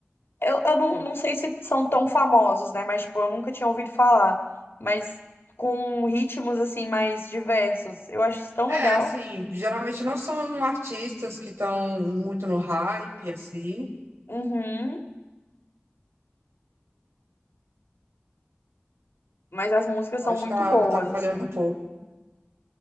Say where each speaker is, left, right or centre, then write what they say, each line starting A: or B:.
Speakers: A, on the left (about 65°); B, on the right (about 80°).
A: Eu, eu não, não sei se são tão famosos, né? Mas, tipo, eu nunca tinha ouvido falar. Mas com ritmos, assim, mais diversos. Eu acho isso tão
B: É,
A: legal.
B: assim, geralmente não são artistas que estão muito no hype, assim,
A: Uhum. Mas as músicas
B: pode
A: são
B: estar
A: muito boas,
B: tá, tá falhando
A: assim.
B: um pouco,